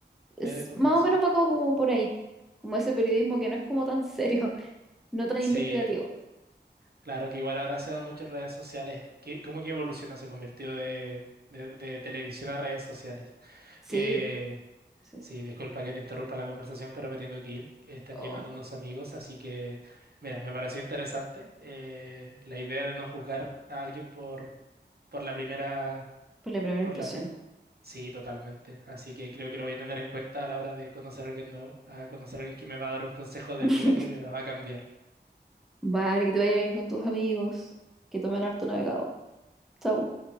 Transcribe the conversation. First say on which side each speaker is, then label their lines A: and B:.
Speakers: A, in the centre; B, on the right.
A: es
B: medio de comunicación.
A: más o menos va como, como por ahí, como ese periodismo que no es como tan serio, <laughs> no tan
B: Sí,
A: investigativo.
B: Claro que igual ahora se da mucho en redes sociales. ¿Qué- ¿Cómo que evoluciona? Se convirtió de, de- de televisión a redes sociales.
A: Sí,
B: Eh,
A: sí,
B: sí,
A: sí.
B: disculpa que te interrumpa la conversación, pero me tengo que ir. Están
A: Oh,
B: llegando unos amigos, así que, mira, me pareció interesante eh, la idea de no juzgar a alguien por, por la primera,
A: pues la primera
B: por
A: impresión.
B: la prim- Sí, totalmente. Así que creo que lo voy a tener en cuenta a la hora de conocer a alguien nuevo, a conocer a alguien que me va a dar un consejo de
A: <laughs>
B: vida que me la va a cambiar.
A: Vale, que te vaya bien con tus amigos, que tomen harto navegado. Chau.